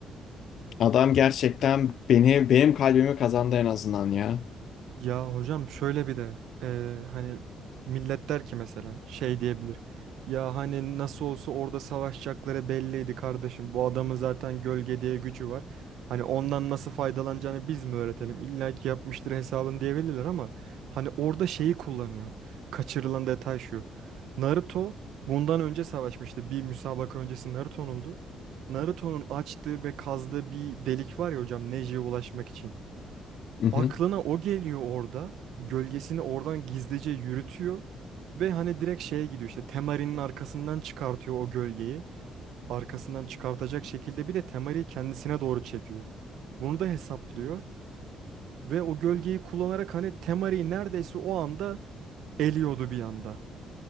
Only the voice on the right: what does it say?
Ya hocam şöyle bir de eee, hani millet der ki mesela şey diyebilir. Ya hani nasıl olsa orada savaşacakları belliydi kardeşim. Bu adamın zaten gölge diye gücü var. Hani ondan nasıl faydalanacağını biz mi öğretelim? İlla ki yapmıştır hesabını diyebilirler ama hani orada şeyi kullanıyor. Kaçırılan detay şu. Naruto bundan önce savaşmıştı. Bir müsabaka öncesi Naruto'nundu. Naruto'nun açtığı ve kazdığı bir delik var ya hocam Neji'ye ulaşmak için
aklına o geliyor orada. Gölgesini oradan gizlice yürütüyor. Ve hani direkt şeye gidiyor işte Temari'nin arkasından çıkartıyor o gölgeyi. Arkasından çıkartacak şekilde bir de Temari'yi kendisine doğru çekiyor. Bunu da hesaplıyor. Ve o gölgeyi kullanarak hani Temari'yi neredeyse o anda eliyordu bir anda.